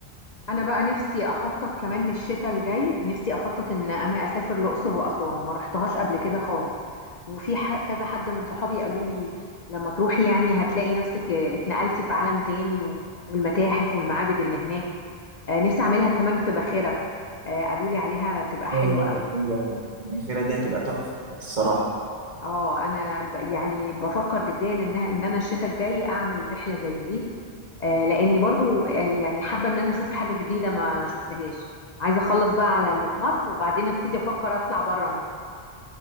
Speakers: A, on the left; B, on the right.
A: انا بقى نفسي اخطط كمان للشتاء الجاي نفسي اخطط ان انا اسافر الاقصر واسوان ما رحتهاش قبل كده خالص وفي ح- كذا حد من صحابي قالوا لي لما تروحي يعني هتلاقي نفسك آه، اتنقلتي في عالم تاني و- والمتاحف والمعابد اللي هناك آه، نفسي اعملها كمان في باخرة آه، قالوا لي عليها تبقى حلوة
B: أيوة،
A: قوي
B: حلوة أوي. الاخيره دي هتبقى تحفه الصراحه
A: اه انا ب- يعني بفكر جدا ان ان انا الشتاء الجاي اعمل رحلة زي دي آه، لاني برضو آه، يعني حابه ان انا اشوف حاجه جديده ما شفتهاش عايزه اخلص بقى على اللي في مصر وبعدين ابتدي افكر اطلع بره مصر